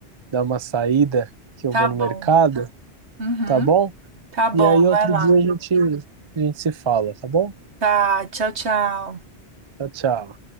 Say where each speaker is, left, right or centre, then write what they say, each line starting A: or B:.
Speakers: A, on the right; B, on the right.
A: dar uma saída, que eu
B: tá
A: vou no
B: bom.
A: mercado,
B: Uhum.
A: tá bom?
B: Tá bom,
A: E aí outro
B: vai lá.
A: dia a gente, a gente se fala, tá bom?
B: Tá, tchau, tchau.
A: Tchau, tchau.